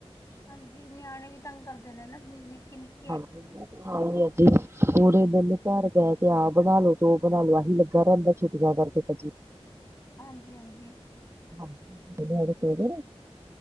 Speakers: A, on the left (about 30°); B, on the right (about 25°).
A: ਹਾਂਜੀ, ਨਿਆਣੇ ਵੀ ਤੰਗ ਕਰਦੇ ਨੇ ਨਾ ਨਿੱਕੀ ਨਿੱਕੀ।
B: ਹਾਂਜੀ। ਹਾਂਜੀ-ਹਾਂਜੀ ਪੂਰੇ ਦਿਨ ਘਰ ਕਹਿ ਕੇ ਆਹ ਬਣਾਲੋ ਉਹ ਬਣਾਲੋ ਆਹੀ ਲੱਗਾ ਰਹਿੰਦਾ ਸੀ। ਵਿਆਹ ਕਰਕੇ ਭੱਜੀ।
A: ਹਾਂਜੀ-ਹਾਂਜੀ।
B: ਹਾਂਜੀ, ਲੁਧਿਆਣੇ।